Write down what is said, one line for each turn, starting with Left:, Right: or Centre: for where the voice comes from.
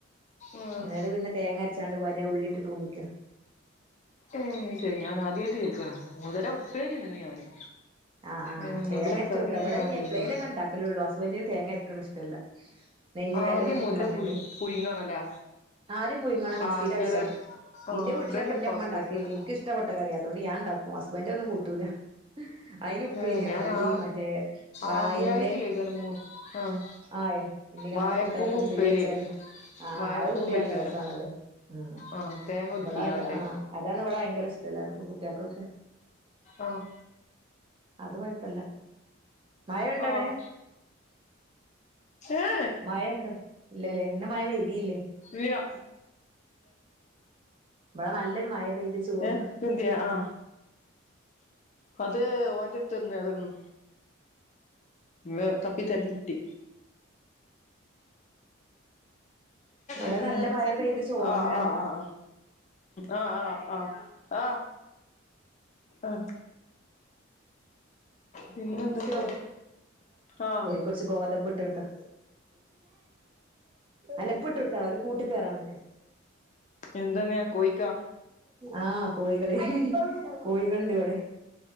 Left: ആഹ്
Right: ന്നട് പിന്നെ തേങ്ങ അരച്ചാണ്ട് പാരെ ഉള്ളിട്ട് തൂമ്പിക്ക
Left: ഏ ഹ് ശരി ഞാൻ ആദ്യായിട്ട് കേക്കണ് മുതര ഉപ്പേരിന്ന്ണ് ഞാന്.
Right: ആഹ് ആഹ്
Left: ഏ
Right: തേ
Left: മുതിര
Right: അരച്ചു
Left: കറി
Right: വെക്ക
Left: ഞാൻ
Right: ഇവിടെ ഇനി
Left: ആദ്യായിട്ടാ
Right: എപ്പഴേലും കണ്ടാക്കലേള്ളൂ ഹസ്ബന്റിന് തേങ്ങ അരയ്ക്കണ ഇഷ്ടല്ല. മെനിവേദന
Left: ആദ്യം
Right: എടുക്കും
Left: മുതിര
Right: പറഞ്ഞിണ്ട്.
Left: പുഴു പുഴുങ്ങണല്ലേ
Right: ആദ്യ പുയിങ്ങണ മിക്സിൽ
Left: ആഹ് ചെലർ
Right: അടിച്ചാ
Left: ആഹ്
Right: എന്റെ വീട്ടിലൊക്കെ
Left: ഇബന്റെ
Right: എന്റെ
Left: ഇപ്പാക്കും
Right: അമ്മ ഉണ്ടാക്കേണ്ട്നിക്ക
Left: പറ്റൂല
Right: ഇഷ് കട്ട കയറി അതൊ ഞാൻണ്ടാക്കും ഹസ്ബന്റൊന്നും കൂട്ടൂല്ല. അതിന്പ്പേരിയാണോ
Left: ഏ ഞാൻ
Right: ഈ
Left: ആ
Right: മറ്റേ വായന്റെ
Left: ആദ്യായിട്ട് കേക്കാണ് മു ആഹ്
Right: ആയേ ഇനി
Left: വായക്കൂമ്പ്
Right: ആമ്പോ കെട്ടാണ്ട് ഫ്രീ
Left: ഉപ്പേരി
Right: വെച്ചാല്. ആഹ്
Left: വായക്കൂമ്പയ്ക്കാരം
Right: ആആ കുട്ടിയാണല്ലേ ബസാണല്ലേ ഉം
Left: ആഹ് തേങ്ങ ഒതുക്കിക്കാണ്ട്
Right: ഇവിടെ അത് ആഹ അതാണ് വിട ഭയര ഇഷ്ട എല്ലാർക്കും കുട്ടിയാക്കോക്കെ
Left: ഓഹ്
Right: അത് കുഴപ്പില്ല മയൊണ്ടൊടെ
Left: ആഹ് ഏ
Right: മയണ്ടോ? ഇല്ലല്ലേ ഇന്ന് മയ പയിതീല്ലേ.
Left: ഇ യ
Right: ഇവിടെ നല്ലൊരു മഴ പെയ്ത് ചോർന്ന്
Left: ഏഹ് എന്ത്യ ആ അത് ഓന്റെടുത്തുന്ന് കെടക്കണ്. ത് തപ്പി തെരഞ് കിട്ടി
Right: ഇവിടെ
Left: പിന്നേ
Right: നല്ല മഴ പെയ്ത് ചോർന്ന്
Left: ആഹ്
Right: പറയാ
Left: ആ് ആ് ആഹ ആഹ് ആഹ് ആഹ്. ആഹ് പിന്നെ എന്തൊക്കെയാ
Right: ശ്യൊ
Left: ആഹ്
Right: കൊറച്ച് ഗോത ബട്ടെടുത്താ അലപ്പെട്ട് കൊടുത്താള അല് കൂട്ടീ കെറാന്നൊക്കെ-
Left: എന്തന്നെയാ കോയിക്കാ
Right: ആഹ് കോഴികള് കോഴികളിണ്ട് ഇവിടെ.